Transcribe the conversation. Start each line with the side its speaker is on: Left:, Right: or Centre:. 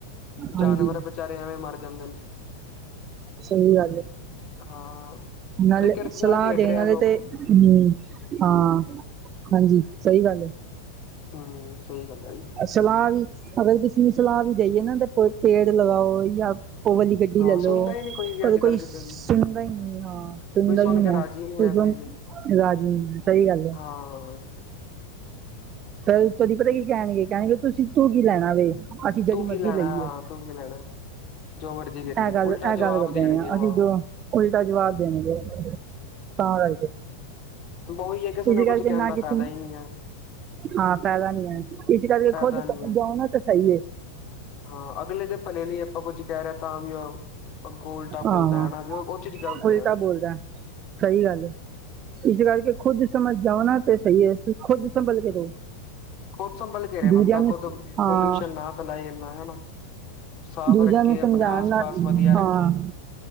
Left: ਜਾਨਵਰ
Right: ਹਾਂਜੀ
Left: ਵਿਚਾਰੇ ਐਵੇਂ ਮਰ ਜਾਂਦੇ।
Right: ਸਹੀ ਗੱਲ,
Left: ਹਾਂ
Right: ਨਾਲੇ
Left: ਪ੍ਰਕਿਰਤੀ
Right: ਸਲਾਹ
Left: ਨਾਲ ਖੇਡ
Right: ਦੇਣ
Left: ਰਿਹਾ
Right: ਵਾਲੇ
Left: ਲੋਕ
Right: ਤੇ ਹੂੰ ਹਾਂ, ਹਾਂਜੀ ਸਹੀ ਗੱਲ ਐ।
Left: ਹਾਂ ਸਹੀ ਗੱਲ ਹੈ ਜੀ।
Right: ਸਲਾਹ ਵੀ ਅਗਰ ਕਿਸੀ ਨੂੰ ਸਲਾਹ ਵੀ ਦੇਈਏ ਨਾ ਤੇ ਪੇੜ ਲਗਾਓ ਯਾ ਉਹ ਵਾਲੀ ਗੱਡੀ
Left: ਹਾਂ
Right: ਲੈ ਲਓ
Left: ਸੁਣਦਾ ਹੀ ਨਹੀਂ ਵੀ
Right: ਕੋਈ,
Left: ਅੱਜ
Right: ਕੋਈ
Left: ਕੱਲ ਕਿਸੇ
Right: ਸੁਣਦਾ
Left: ਦੀ
Right: ਹੀ ਨਹੀਂ ਹਾਂ ਸੁਣਦਾ
Left: ਕੋਈ ਸੁਣ
Right: ਨੀ
Left: ਕੇ
Right: ਹੈ।
Left: ਰਾਜੀ ਨਹੀਂ
Right: ਕੋਈ
Left: ਹੈ
Right: ਸੁਣ
Left: ਵੀ
Right: ਰਾਜੀ ਸਹੀ ਗੱਲ ਹੈ।
Left: ਹਾਂ
Right: ਕਈ ਤੋਰੀ ਪਤਾ ਕੀ ਕਹਿਣਗੇ, ਕਹਿਣਗੇ ਤੁਸੀਂ ਤੂੰ ਕੀ ਲੈਣਾ ਵੇ। ਅਸੀਂ
Left: ਤੂੰ
Right: ਜੇਹੜੀ
Left: ਕੀ
Right: ਮਰਜ਼ੀ
Left: ਲੈਣਾ
Right: ਲਈਏ।
Left: ਹਾਂ ਤੂੰ ਕੀ ਲੈਣਾ ਜੋ ਮਰਜੀ ਕਰੀਏ
Right: ਐਹ ਗੱਲ
Left: ਉਲਟਾ
Right: ਐਹ
Left: ਜਵਾਬ
Right: ਗੱਲ ਕਰ
Left: ਦੇਣਗੇ
Right: ਦੇਂਦੇ ਆ
Left: ਉਹ
Right: ਅਸੀਂ
Left: ਆਹੋ
Right: ਜਦੋਂ ਉਲਟਾ ਜਵਾਬ ਦੇਣਗੇ। ਤਾਂ ਕਰਕੇ
Left: ਬ ਉਹੀ ਹੈ, ਕਿਸੇ ਨੂੰ
Right: ਇਸ
Left: ਕੁੱਝ
Right: ਕਰਕੇ
Left: ਕਹਿਣ
Right: ਨਾ
Left: ਦਾ ਫਾਇਦਾ
Right: ਕਿਸੇ ਨੂੰ
Left: ਹੀ ਨੀ ਹੈ।
Right: ਹਾਂ ਫੈਦਾ ਨੀ ਹੈ, ਇਸ ਕਰਕੇ
Left: ਫਾਇਦਾ
Right: ਖੁਦ ਸਮਝਉ
Left: ਨੀ ਹੈ
Right: ਨਾ ਤਾਂ ਸਹੀ ਏ।
Left: ਹਾਂ ਅਗਲੇ ਦੇ ਭਲੇ ਲਈ ਆਪਾਂ ਕੁੱਝ ਕਹਿ ਰਹੇ ਤਾਂਵੀ ਓ ਅਗੋ ਓਲਟਾ
Right: ਹਾਂ
Left: ਬੋਲਦਾ ਹਨਾ ਵੀ ਉਹ ਜੇੜੀ ਗੱਲਤ
Right: ਉਲਟਾ
Left: ਏ ਯਾਰ
Right: ਬੋਲਦਾ ਸਹੀ ਗੱਲ ਇਸ ਕਰਕੇ ਖੁਦ ਸਮਝ ਜਾਓ ਨਾ ਤਾਂ ਸਹੀ ਏ, ਖੁਦ ਸੰਬਲ ਕੇ ਰਹੋ।
Left: ਖੁਦ ਸੰਭਲ ਕੇ ਰਹੇ
Right: ਦੂਜਿਆਂ
Left: ਬੰਦਾ
Right: ਨੂੰ
Left: ਖੁਦ
Right: ਸ- ਹਾਂ
Left: ਪੋਲਿਊਸ਼ਨ ਨਾ ਫੈਲਾਏ ਏਨਾ ਹਨਾ। ਸਾਫ
Right: ਦੂਜਿਆਂ
Left: ਰੱਖੇ
Right: ਨੂੰ ਸਮਝਾਉਣ
Left: ਆਪਨੇ ਆਸ
Right: ਨਾਲ
Left: ਪਾਸ ਵਧੀਆ ਰੱਖੇ।
Right: ਹਾਂ